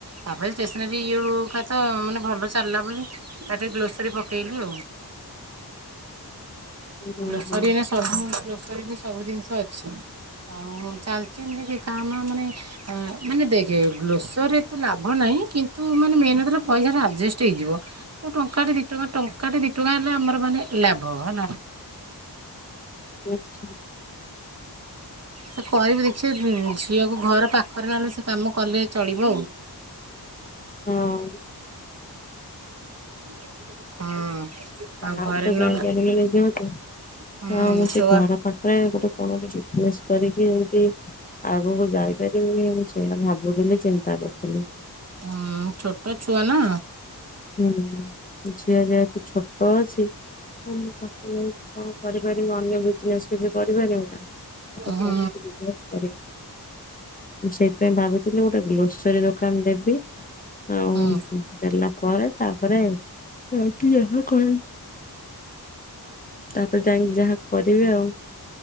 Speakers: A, on the right; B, on the left.
A: ତାପରେ ଷ୍ଟେସନାରୀ ଇଏ ହଉ ହଉକା ତ ମାନେ ଭଲ ଚାଲିଲା ବୋଲି ତାପରେ ଗ୍ଲୋସରୀ ପକେଇଲୁ ଆଉ।
B: ହୁଁ
A: ଗ୍ଲୋସରୀ
B: ହୁଁ
A: ଏଇନା ସବୁ ଗ୍ଲୋସରୀରେ ସବୁ ଜିନିଷ ଅଛି। ଆଉ ଚାଲିଚି ଏମିତି କି କାମ ମାନେ ମାନେ ଦେଖେ ଗ୍ଲୋସରୀରେ ଏତେ ଲାଭ ନାହିଁ କିନ୍ତୁ ମାନେ ମେନ୍ ହେଲା ପଇସା ଟା ଆଜେଷ୍ଟ୍ ହେଇଯିବ। ଆ ଟଙ୍କାଟେ ଦି ଟଙ୍କା ଟଙ୍କାଟେ ଦି ଟଙ୍କା ହେଲା ଆମର ମାନେ ଲାଭ ହେଲା।
B: <inaudible>
A: ସେ କରିବି ଦେଖିବେ ଝିଅକୁ ଘର ପାଖରେ ନହଲେ ସେ କାମ କଲେ ଚଳିବ ଆଉ।
B: ହଁ
A: ହଁ।
B: <unintelligible> ବାହାରକୁ
A: ଆଉ ଘରେ
B: ତ ଯାଇପାରି
A: ନହେଲେ
B: <unintelligible>
A: ହୁଁ
B: ଆଉ ମୁଁ ସେ
A: ଛୁଆ
B: ଘର <unintelligible> ଗୋଟେ କଣ ବିଜ୍ନେସ୍ କରିକି ଏମତି ଆଗକୁ ଯାଇପାରି <unintelligible> ମୁଁ ସେଇଆ ଭାବୁଥିଲି ଚିନ୍ତା କରୁଥିଲି।
A: ଉଁ- ଛୋଟ ଛୁଆ ନା।
B: ହୁଁ ଝିଅ ଯେହେତୁ ଛୋଟ ଅଛି ହଁ ମୁଁ ତାକୁ ନେଇ କଣ କରିପାରିବି ଅନ୍ୟ ବିଜ୍ନେସ୍ କିଛି କରିପାରିବି ନା। <unintelligible>
A: ହୁଁ
B: ଆଉ ମୁଁ ସେଇଥିପାଇଁ ଭାବିଥିଲି ଗୋଟେ ଗ୍ଲୋସରୀ ଦୋକାନ୍ ଦେବି ଆଉ
A: ହୁଁ
B: ଦେଲା ପରେ ତାପରେ ଯାଇଥିଲି <unintelligible> କରି। ତାପରେ ଯାଇଁକି ଯାହା କରିବେ ଆଉ।